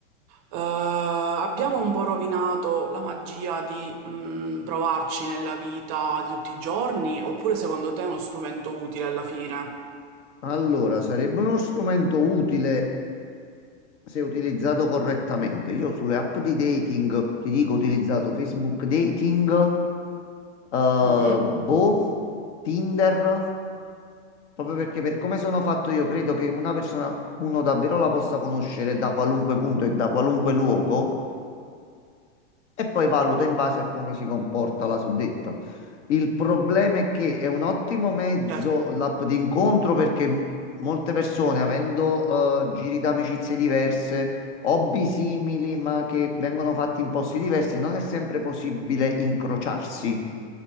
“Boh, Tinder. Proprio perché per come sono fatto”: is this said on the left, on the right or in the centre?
Left